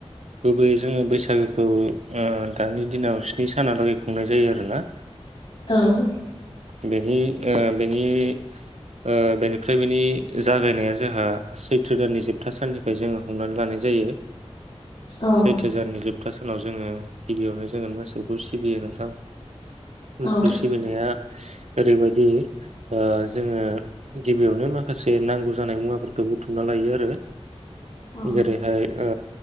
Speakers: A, on the right; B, on the left.
A: गुबैयै जोङो बैसा बैसागोखौ ओ दानि दिनाव स्नि सानालागैखौ खुंनाय जायो आरोना
B: औ
A: बेनि ओ बेनि ओ बेनिफ्राय बेनि जागायनाया जोंहा सैथ्रो दाननि जोबथा साननिफ्राय जोङो हमनानै लानाय जायो।
B: औ
A: सैथो जाननि जोब सप्था सानाव जोङो गिबियावनो जोङो मोसौखौ सिबियो नोंथां‌ मोसौ
B: औ
A: सिबिनाया ओरैबायदि दे ओ जोङो गिबियावनो माखासे नांगौ जानाय मुवाफोरखौ बुथुमना लायो आरो।
B: औ
A: जेरैहाय ओ